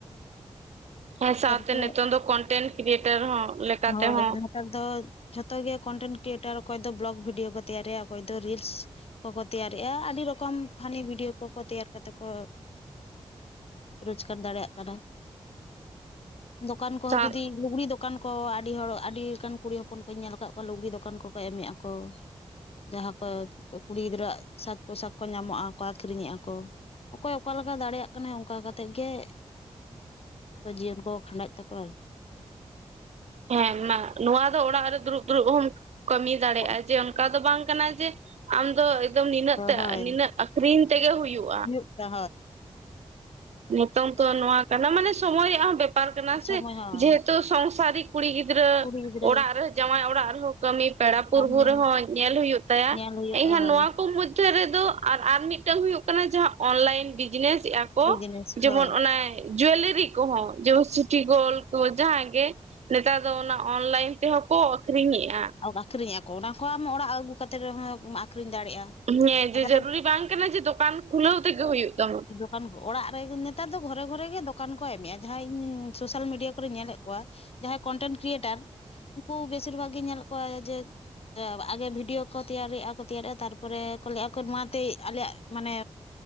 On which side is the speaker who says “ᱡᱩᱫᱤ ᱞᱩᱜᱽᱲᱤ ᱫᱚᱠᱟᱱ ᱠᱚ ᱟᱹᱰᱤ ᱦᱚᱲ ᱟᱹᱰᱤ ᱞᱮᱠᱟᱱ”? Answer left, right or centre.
Left